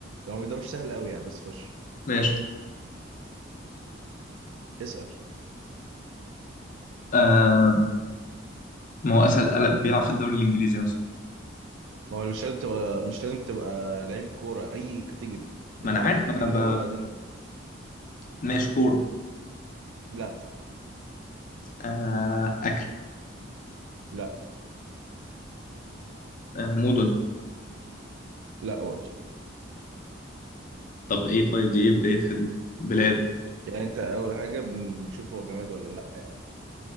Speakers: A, on the right (about 80°); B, on the left (about 45°).
A: هو ده مش سهل قوي يعني بس خش
B: ماشي
A: اسأل
B: آه ما هو اسهل قلق بيلعب في الدوري الانجليزي مثلا
A: ما هو مش لازم تبقى مش لازم تبقى لعيب كورة اي كاتيجوري
B: ما
A: انت
B: انا
A: عارف
B: عارف
A: الكاتيجوري
B: انا بقى
A: الاول بعدين
B: ماشي كورة
A: لا
B: آه اكل
A: لا
B: آه مدن
A: لا برضه
B: طب ايه طيب دي ايه بدايتها دي بلاد
A: يعني انت اول حاجة بنشوف هو جماد ولا لا يعني